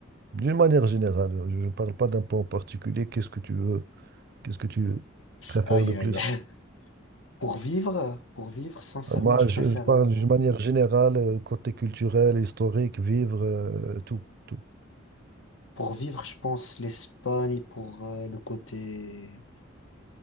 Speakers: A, on the right; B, on the left.
A: d'une manière générale, je je ne parle pas d'un point en particulier, qu'est-ce que tu veux, qu'est-ce que tu préfères
B: Aïe
A: le
B: aïe.
A: plus?
B: aïe. <laughs> Pour vivre, pour vivre, sincèrement,
A: Moi,
B: je préfère
A: je, je parle
B: euh,
A: d'une manière générale, euh, côté culturel, historique, vivre, euh, tout, tout.
B: pour vivre, je pense l'Espagne pour euh, le côté